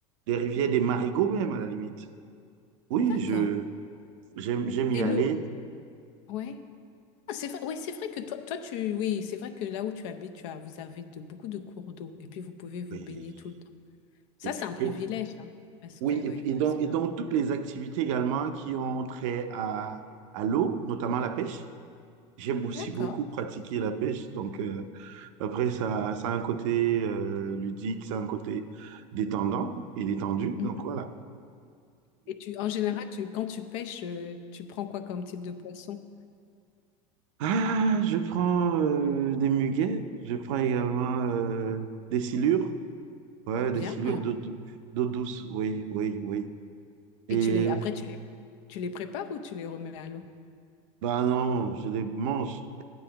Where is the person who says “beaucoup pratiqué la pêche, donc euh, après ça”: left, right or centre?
Right